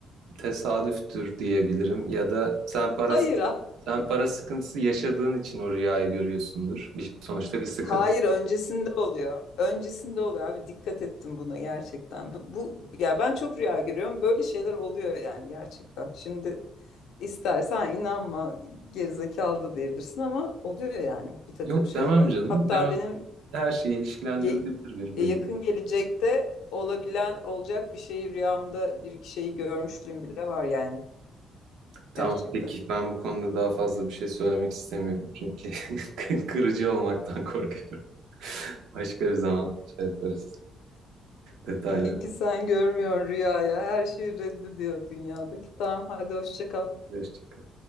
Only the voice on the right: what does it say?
tesadüftür diyebilirim ya da sen parası
sen para sıkıntısı yaşadığın için o rüyayı görüyorsundur Bir- sonuçta bir sıkıntı
yok
demem canım
demem
Her şey ilişkilendirilebilir
bir
bölüm.
Tamam
peki ben bu konuda daha fazla bir şey söylemek istemiyorum çünkü <laughs> kırıcı olmaktan korkuyorum. Başka bir zaman şey yaparız. Detaylı.
Hoşça kal.